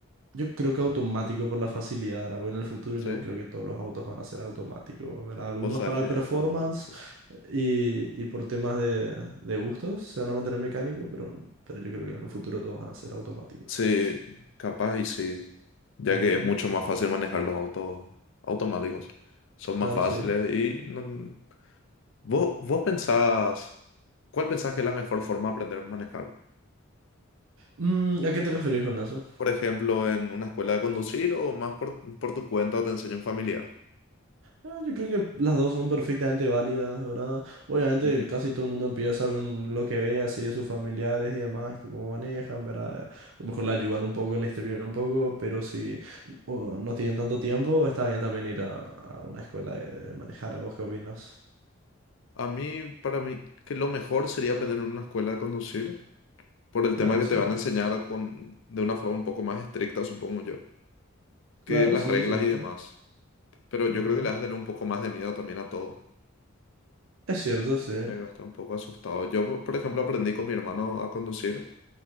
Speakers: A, on the right; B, on the left.
A: Yo creo que automático por la facilidad, ¿verdad? Porque en el futuro yo
B: Sí,
A: creo que todos los autos van a ser automáticos, ¿verdad? Algunos
B: vos sabes
A: para
B: que
A: el performance
B: es lo más probable, sí, sí.
A: eh, y, y por temas de, de gustos se van a mantener mecánicos, pero, pero yo creo que en el futuro todos van a ser automáticos.
B: Sí, capaz y sí, ya
A: Ujú,
B: que es mucho más fácil manejar los autos automáticos. Son más
A: Claro,
B: fáciles
A: sí.
B: y no- vos, vos pensás, ¿cuál pensás que es la mejor forma de aprender a manejar?
A: Mm, ¿a qué te referís con eso?
B: Por ejemplo, en una escuela de conducir o más por, por tu cuenta o te enseña un familiar.
A: Ah, Yo creo que las dos son perfectamente válidas, ¿verdad? Obviamente
B: Ujú.
A: casi todo el mundo empieza con lo que ve así de sus familiares y demás, que cómo manejan, ¿verdad? A lo mejor le ayudan un poco, le instruyen un poco, pero si o no tienen tanto tiempo, está bien también ir a, a una escuela de, de manejar. ¿Vos qué opinas?
B: A mí, para mí, que lo mejor sería aprender en una escuela de conducir por el
A: Claro,
B: tema que
A: sí.
B: te van a enseñar con, de una forma un poco más estricta, supongo yo, que
A: Claro,
B: las
A: sí,
B: reglas
A: es cierto.
B: y demás. Pero yo
A: Ujú.
B: creo que le vas a tener un poco más de miedo también a todo.
A: Es cierto, sí.
B: que va a estar un poco asustado. Yo, por ejemplo, aprendí con mi hermano a conducir